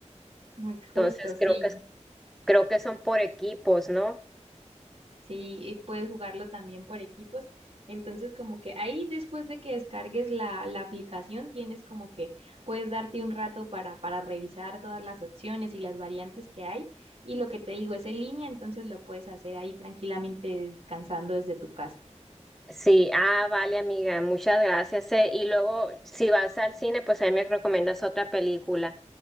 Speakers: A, on the right; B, in the centre.
A: <laughs> Justo,
B: Entonces,
A: sí.
B: creo que, creo que son por equipos, ¿no?
A: Sí, y puedes jugarlo también por equipos. Entonces, como que ahí después de que descargues la, la aplicación, tienes como que puedes darte un rato para, para revisar todas las opciones y las variantes que hay. Y lo que te digo es en línea, entonces lo puedes hacer ahí tranquilamente descansando desde tu casa.
B: Sí, ah, vale, amiga, muchas gracias. eh. Y luego, si vas al cine, pues ahí me recomiendas otra película.